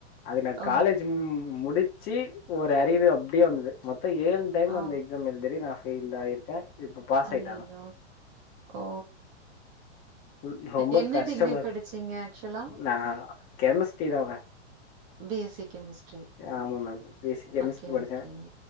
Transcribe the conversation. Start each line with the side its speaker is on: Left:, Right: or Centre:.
Left: அது நா
Right: ஓ!
Left: காலேஜ் ம்ம்ம்ம் முடிச்சி ஒரு அரியரு அப்படியே வந்தது மொத்த ஏழு டைம்
Right: ஓ!
Left: அந்த எக்ஸாம் எழுதுறி நா ஃபெயில் ஆயிரு அ இப்ப பாஸ்
Right: அய்யய்யோ!
Left: ஆய்ட்ட ஆமா
Right: ஓ!
Left: ம் ரொம்ப
Right: என்ன
Left: கஷ்டமா
Right: டிகிரி படிச்சீங்க ஆக்சுவலா?
Left: நா கெமிஸ்டரி தா
Right: பிஎஸ்சி கெமிஸ்ட்ரி.
Left: ஆமா மேம் பேசிக் கெமிஸ்ட்ரி
Right: ஓகே,
Left: படிச்ச
Right: ஓகேங்க.